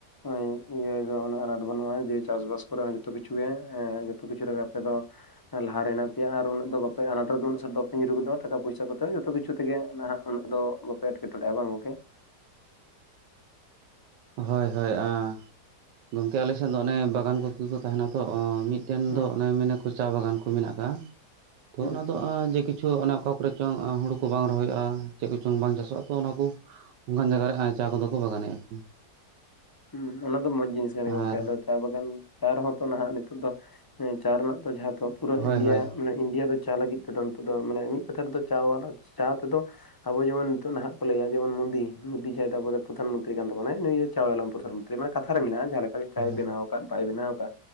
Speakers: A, on the left; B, on the right.
A: ᱚᱭ ᱤᱭᱟᱹ ᱫᱚ ᱩᱱᱟᱹᱜ ᱟᱱᱟᱴ ᱵᱟᱹᱱᱩᱜᱼᱟ ᱡᱮ ᱪᱟᱥᱵᱟᱥ ᱠᱚᱨᱮ ᱦᱚᱸ ᱡᱚᱛᱚ ᱠᱤᱪᱷᱩ ᱜᱮ ᱡᱚᱛᱚ ᱠᱤᱪᱷᱩ ᱨᱮᱜᱮ ᱟᱯᱮ ᱫᱚ ᱞᱟᱦᱟᱨᱮ ᱦᱮᱱᱟᱜ ᱯᱮᱭᱟ ᱟᱨ ᱩᱱᱟᱹᱜ ᱟ ᱵᱟᱯᱮ ᱟᱱᱟᱴ ᱨᱮ ᱫᱚ ᱩᱱᱟᱹᱜ ᱥᱟᱴ ᱫᱚ ᱵᱟᱯᱮ ᱧᱩᱨᱩ ᱜᱚᱫᱚᱜ ᱴᱟᱠᱟ ᱯᱩᱭᱥᱟ ᱠᱚᱛᱮ ᱡᱚᱛᱚ ᱠᱤᱪᱷᱩ ᱛᱮᱜᱮ ᱱᱟᱸᱜ ᱩᱱᱟᱹᱜ ᱫᱚ ᱵᱟᱯᱮ ᱮᱴᱠᱮᱴᱚᱬᱮᱜᱼᱟ ᱵᱟᱝ ᱜᱚᱝᱠᱮ
B: ᱦᱳᱭ ᱦᱳᱭ ᱟ ᱜᱚᱝᱠᱮ ᱟᱞᱮᱥᱮᱫ ᱫᱚ ᱚᱱᱮ ᱵᱟᱜᱟᱱ ᱠᱚᱜᱮ ᱠᱚ ᱛᱟᱦᱮᱱᱟ ᱛᱚ ᱚ ᱢᱤᱫᱴᱮᱱ
A: ᱦᱩᱸ
B: ᱫᱚ ᱚᱱᱮ ᱢᱮᱱᱟᱠᱚ ᱪᱟ ᱵᱟᱜᱟᱱ ᱠᱚ ᱢᱮᱱᱟᱜ ᱠᱟᱜᱼᱟ ᱛᱚ
A: ᱦᱩᱸ
B: ᱚᱱᱟᱫᱚ ᱡᱮ ᱠᱤᱪᱷᱩ ᱚᱱᱮ ᱚᱠ ᱠᱚᱨᱮ ᱪᱚᱝ ᱦᱩᱲᱩ ᱠᱚ ᱵᱟᱝ ᱨᱚᱦᱚᱭᱚᱜᱼᱟ ᱪᱮᱫ ᱠᱚᱪᱚᱝ ᱵᱟᱝ ᱪᱟᱥᱚᱜᱼᱟ ᱛᱚ ᱚᱱᱟ ᱠᱚ ᱚᱱᱠᱟᱱ ᱡᱟᱭᱜᱟ ᱨᱮ ᱪᱟ ᱠᱚᱫᱚ ᱠᱚ ᱵᱟᱜᱟᱱᱮᱫ-ᱟ ᱠᱚ
A: ᱦᱩᱸ ᱚᱱᱟ ᱫᱚ ᱢᱚᱸᱡᱽ ᱡᱤᱱᱤᱥ ᱠᱟᱱ
B: ᱟᱨ
A: ᱜᱮ ᱜᱚᱝᱠᱮ ᱟᱫᱚ ᱪᱟ ᱵᱟᱜᱟᱱ ᱪᱟ ᱨᱮᱦᱚᱸ ᱛᱚ ᱱᱟᱸᱦ ᱱᱤᱛᱚᱜ ᱫᱚ ᱪᱟ ᱨᱮᱱᱟᱜ ᱛᱚ ᱡᱟᱦᱟᱸ ᱛᱚ ᱯᱩᱨᱟᱹ
B: ᱦᱳᱭ
A: ᱤᱱᱰᱤᱭᱟ
B: ᱦᱳᱭ
A: ᱢᱟᱱᱮ ᱤᱱᱰᱤᱭᱟ ᱫᱚ ᱪᱟ ᱞᱟᱹᱜᱤᱫ ᱛᱮᱫᱚ ᱱᱤᱛᱚᱜ ᱫᱚ ᱢᱟᱱᱮ ᱢᱤᱫ ᱠᱟᱛᱷᱟ ᱨᱮᱫᱚ ᱪᱟ ᱪᱟ ᱛᱮᱫᱚ ᱟᱵᱚ ᱡᱮᱢᱚᱱ ᱱᱤᱛᱚᱜ ᱱᱟᱸᱦ ᱠᱚ ᱞᱟᱹᱭ ᱟ ᱡᱮᱱᱚᱱ ᱢᱩᱫᱤ ᱢᱩᱫᱤ ᱪᱟ ᱛᱟᱵᱚᱱᱟ ᱯᱚᱨᱫᱷᱟᱱ ᱢᱚᱱᱛᱤᱨᱤ ᱠᱟᱱ ᱛᱟᱵᱚᱱᱟᱭᱟ ᱪᱟ ᱵᱟᱞᱟ ᱯᱨᱚᱫᱷᱱ ᱢᱚᱱᱛᱨᱤ ᱢᱟᱱᱮ ᱠᱟᱛᱷᱟ ᱨᱮ ᱢᱮᱱᱟᱜᱼᱟ ᱡᱟᱦᱟᱸ ᱞᱮᱠᱟ ᱜᱮ ᱪᱟᱭ
B: ᱦᱳᱭ
A: ᱵᱮᱱᱟᱣ ᱟᱠᱟᱫ ᱵᱟᱭ ᱵᱮᱱᱟᱣ ᱠᱟᱜ